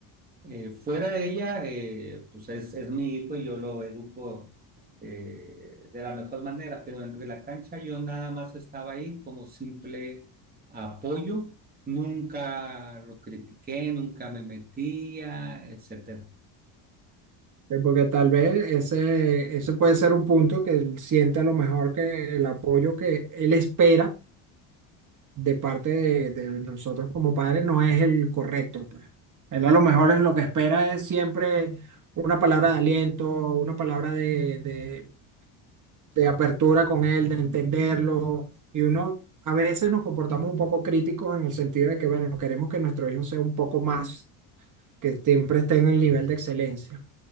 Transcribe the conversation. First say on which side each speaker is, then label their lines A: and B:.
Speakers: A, on the right; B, on the right.
A: Eh, fuera de ella, eh, pues es, es mi hijo y yo lo educo eh, de la mejor manera, pero entre la cancha yo nada más estaba ahí como simple apoyo, nunca lo critiqué, nunca me metía, etcétera.
B: Eh, porque tal vez ese, ese puede ser un punto que él siente a lo mejor que el apoyo que él espera de parte de, de nosotros como padres no es el correcto, pues. Él a lo mejor es lo que espera es siempre una palabra de aliento, una palabra de, de, de apertura con él, de entenderlo. Y uno a veces nos comportamos un poco críticos en el sentido de que, bueno, queremos que nuestro hijo sea un poco más, que siempre esté en el nivel de excelencia.